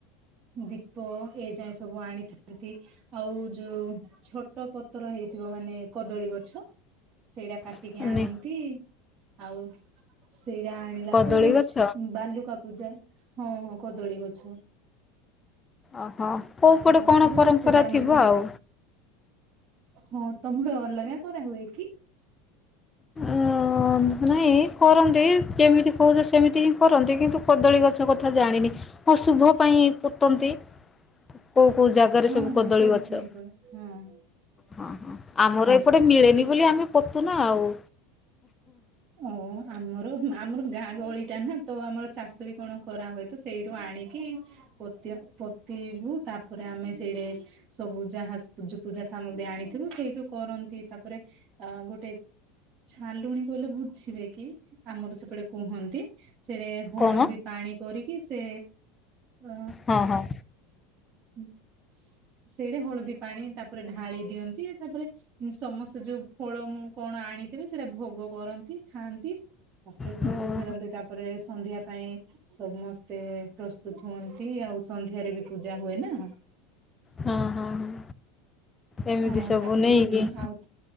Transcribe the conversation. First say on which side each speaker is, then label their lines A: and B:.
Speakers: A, on the right; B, on the left.
A: ଦୀପ ଏ ଯାଏ ସବୁ ଆଣିଥାନ୍ତି ।ଆଉ ଯୋଉ ଛୋଟ ପତ୍ର ହେଇ ଥିବ ମାନେ କଦଳୀ ଗଛ, ସେଇଟା କାଟିକି
B: ମାନେ
A: ଆଣନ୍ତି ଆଉ ସେଇଟା ଆଣିଲା
B: କଦଳୀ
A: ପରେ,
B: ଗଛ
A: ବାଲୁକା ପୂଜା ହଁ ହଁ କଦଳୀ ଗଛ
B: ଓହୋ କୋଉ ପଟେ
A: ତାପରେ
B: କଣ ପରମ୍ପରା
A: ସେ ବାଲୁକା
B: ଥିବ ଆଉ।
A: ହଁ ତମର ଅଲଗା କରା ହୁଏ କି?
B: ଉଁ ହୁଏ କରନ୍ତି ଯେମିତି କହୁଛ ସେମିତି ହିଁ କରନ୍ତି, କିନ୍ତୁ କଦଳୀ ଗଛ କଥା ଜାଣିନି ଅଶୁଭ ପାଇଁ ପୋତନ୍ତି
A: <inaudible>
B: କୋଉ କୋଉ ଜାଗାରେ
A: ହଁ
B: ସବୁ କଦଳୀ
A: ହଁ ସେମିତି
B: ଗଛ,
A: ହିଁ କରା ହଁ
B: ହଁ ହଁ ଆମର ଏପଟେ ମିଳେନି ବୋଲି ଆମେ ପୋତୁ ନା ଆଉ
A: ଉଁ ଆମର ଆମର ଗାଁ ଗହଳିଟା ନା ତ ଆମର ଚାଷ ବି କଣ କରା ହୁଏ, ତ ସେଇଠୁ ଆଣିକି ପୋତି ପୋତିବୁ ତାପରେ ଆମେ ସେଇଟେ ସବୁ ଯାହା ପୂଜ ପୂଜା ସାମଗ୍ରୀ ଆଣିଥିବୁ ସେଇଠୁ କରନ୍ତି, ତାପରେ ଅ ଗୋଟେ ଛାଲୁଣୀ କହିଲେ ବୁଝିବେ କି? ଆମର ସେପଟେ କୁହନ୍ତି ସେଟ ହଳଦୀ
B: କଣ
A: ପାଣି କରିକି ସେ ଅ
B: ହଁ ହଁ
A: ହୁଁ। ସେଇଟା ହଳଦୀ ପାଣି, ତାପରେ ଢାଳି ଦିଅନ୍ତି ତାପରେ ସମସ୍ତେ ଯୋଉ ଫଳ ମୁଁ କଣ ଆଣି ଥିବେ ସେଇଟା ଭୋଗ କରନ୍ତି ଖାଆନ୍ତି, ତାପରେ ଘରକୁ
B: ଓହୋ
A: ଫେରନ୍ତି ତାପରେ ସନ୍ଧ୍ୟା ପାଇଁ ସମସ୍ତେ ପ୍ରସ୍ତୁତ ହୁଅନ୍ତି ଆଉ ସନ୍ଧ୍ୟାରେ ବି ପୂଜା ହୁଏ ନା।
B: ହଁ ହଁ ହଁ ଏମିତି
A: ହଁ
B: ସବୁ
A: ତାପରେ
B: ନେଇକି
A: ଉମ ଆଉ